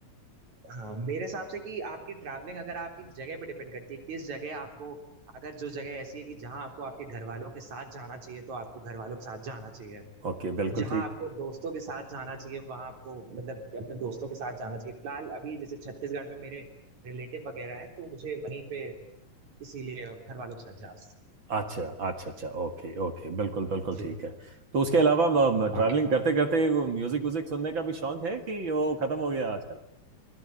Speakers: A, on the right; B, on the right.
A: हाँ मेरे हिसाब से कि आपकी ट्रैवलिंग अगर आपकी जगह पे डिपेंड करती है किस जगह आपको अगर जो जगह ऐसी है कि जहाँ आपको आपके घर वालों के साथ जाना चाहिए तो आपको घर वालों के साथ जाना चाहिए
B: ओके बिल्कुल
A: जहाँ
B: ठीक
A: आपको दोस्तों के साथ जाना चाहिए वहाँ आपको मतलब कि अपने दोस्तों के साथ जाना चाहिए फिलहाल अभी जैसे छत्तीसगढ़ में मेरे रिलेटिव वगैरह हैं तो मुझे वहीं पे इसीलिए घर वालों के साथ जा
B: अच्छा अच्छा अच्छा ओके ओके बिल्कुल बिल्कुल
A: जी
B: ठीक है तो उसके अलावा ट्रैवलिंग
A: ओके
B: करते करते म्यूजिक व्यूजिक सुनने का भी शौक है कि वो खत्म हो गया आजकल